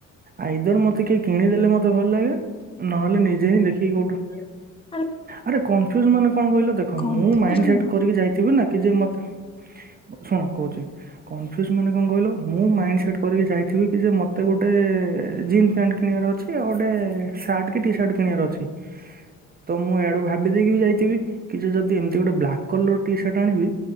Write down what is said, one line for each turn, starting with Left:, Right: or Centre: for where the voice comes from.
Right: ଆଇଦର ମତେ କିଏ କିଣିଦେଲେ ମତେ ଭଲ ଲାଗେ ନହେଲେ ନିଜେ ହିଁ ଦେଖିକି କୋଉଠୁ
Left: ଆରେ
Right: ଆରେ କନଫ୍ୟୁଜ ମାନେ କଣ କହିଲ ଦେଖ
Left: କନଫ୍ୟୁଜନ
Right: ମୁଁ ମାଇଣ୍ଡ ସେଟ୍
Left: ହଁ
Right: କରିକି ଯାଇଥିବି ନା କି ଯେ ମତେ ଶୁଣ କହୁଛି କନଫ୍ୟୁଜ ମାନେ କଣ କହିଲ ମୁଁ ମାଇଣ୍ଡି ସେଟ୍ କରିକି ଯାଇଥିବି କି ଯେ ମତେ ଗୋଟେ ଜିନ୍ ପ୍ୟାଣ୍ଟ କିଣିବାର ଅଛି ଆଉ ଗୋଟେ ସାର୍ଟ କି ଟି ସାର୍ଟ କିଣିବାର ଅଛି ତ ମୁଁ ଇଆଡୁ ଭାବିଦେଇକି ବି ଯାଇଥିବି କି ଯ ଯଦି ଏମିତି ଗୋଟେ ବ୍ଲାକ୍ କଲର ଟି ସାର୍ଟ ଆଣିବି